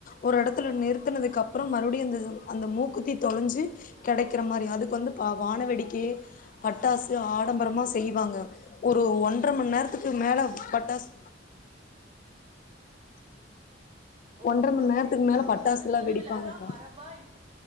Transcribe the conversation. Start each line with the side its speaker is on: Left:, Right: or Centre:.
Left: ஒரு எடத்துல நிறுத்தனதுக்கப்பறம் மறுபடியு அந்த அந்த மூக்குத்தி தொலஞ்சு கெடைக்கிற மாரி அதுக்கு வந்து ப வான வேடிக்கை பட்டாசு ஆடம்பரமா செய்வாங்க ஒரு ஒன்ற மண் நேரத்துக்கு மேல பட்டாசு
Right: ஓ
Left: ஒன்றரை மண்
Right: அப்படிங்களா
Left: நேரத்துக்கு மேல பட்டாசுல்லா
Right: ஒரது திருவிழானா
Left: வெடிப்பாங்க்கா
Right: மரபா